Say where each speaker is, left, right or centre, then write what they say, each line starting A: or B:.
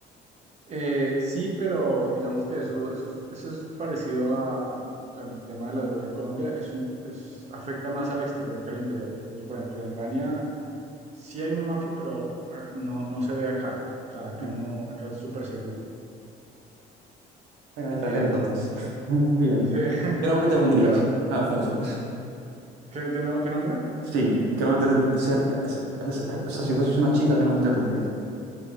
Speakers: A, on the right; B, on the right.
A: Eh, sí, pero digamos que eso, eso, es eso es parecido a- al, al tema de la droga en Colombia, es un, es- afecta más al exterior que al interior. Entonces, por ejemplo, en Albania sí hay una mafia, pero ah, no, no se ve acá. O sea, acá
B: Ujú.
A: no, acá es súper seguro.
B: Está en el extranjero,
A: Eh,
B: entonces. <laughs> Muy bien.
A: sí, <laughs>
B: ¿Y qué nombre te pondrías,
A: pero
B: Alfonso?
A: ¿qué, qué no- qué nombre?
B: Sí, ¿y qué nombre te- se- se- se- o sea, si fueses una chica, ¿qué nombre te pondrías?